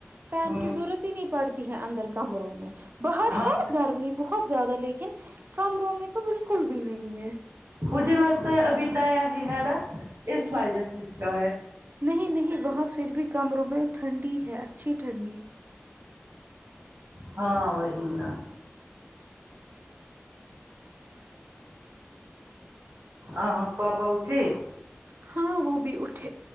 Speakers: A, on the right; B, on the right.
A: فین
B: ہوں
A: کی ضرورت ہی نہیں پڑتی ہے اندر کمروں میں باہر
B: ہاں
A: ہے گرمی بہت زیادہ لیکن کمروں میں تو بالکل بھی نہیں ہے
B: پھے لگتا ہے ابتایا ہی ہےار ا اس فائی ج سا
A: نہیں نہیں وہاں پھر بھی کمروں میں ٹھنڈی ہے اچھی ٹھنڈی
B: ہاں وہی نا آ ہاں پاپا اٹھے
A: ہاں وہ بھی اٹھے